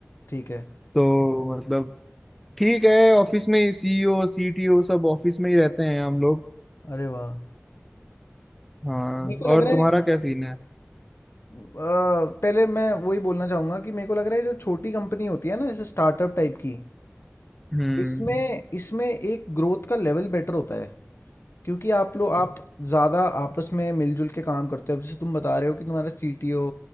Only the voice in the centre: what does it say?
तो मतलब ठीक है ऑफिस में सीईओ सीटीओ सब ऑफिस में ही रहते हैं हम लोग
हाँ
और
तुम्हारा
क्या सीन है
हम्म